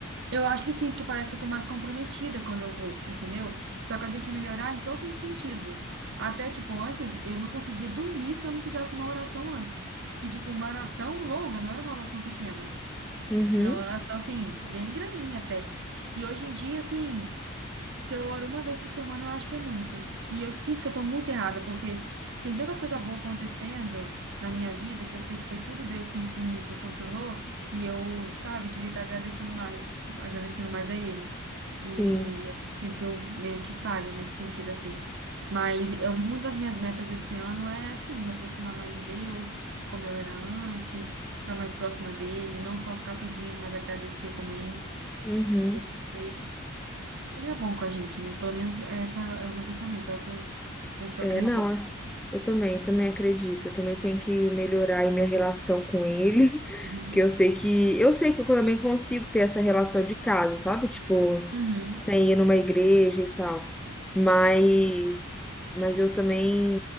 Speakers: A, on the right; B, in the centre.
A: Eu acho que sim, porque parece que eu tô mais comprometida quando eu vou, entendeu? Só que eu tenho que melhorar em todos os sentidos. Até, tipo, antes eu não conseguia dormir se eu não fizesse uma oração antes. E, tipo, uma oração longa, não era uma oração pequena.
B: Uhum,
A: Era uma oração, assim, bem grandinha até. E hoje em dia, assim. Se eu oro uma vez por semana, eu acho que é muito. E eu sinto que eu tô muito errada, porque tem tanta coisa boa acontecendo na minha vida que eu sei que foi tudo Deus que me me proporcionou. E eu, sabe, devia estar agradecendo mais, agradecendo mais a Ele. E
B: sim.
A: eu sinto que eu meio que falho nesse sentido, assim. Mas eu, uma das minhas metas esse ano é, assim, me aproximar mais de Deus, como eu era antes, estar mais próxima dele, não só ficar pedindo, mas agradecer também.
B: Uhum.
A: porque ele é bom com a gente, né? Pelo menos essa é o meu pensamento, é o que eu, é o que
B: É,
A: eu acredito.
B: não, eu também, também acredito. Eu também tenho que melhorar aí minha relação com ele, <laughs>
A: Uhum.
B: que eu sei que eu sei que eu também consigo ter essa relação de casa, sabe? Tipo,
A: Uhum,
B: sem ir numa igreja e tal. Mas, mas eu também,